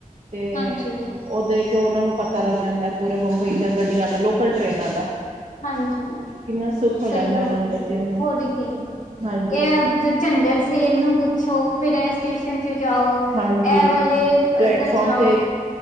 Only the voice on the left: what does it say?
ਹਾਂਜੀ
ਹਾਂਜੀ
ਸਹੀ ਗੱਲ
ਹੈ
ਹੋਰ ਕੀ
ਇਹ ਜੋ ਝੰਜਟ ਸੀ ਇਹਨੂੰ ਪੁੱਛੋ ਫਿਰ ਇਹ ਸਟੇਸ਼ਨ 'ਚ' ਜਾਓ ਇਹ
ਵਾਲੇ ਇੱਧਰ
ਜਾਓ,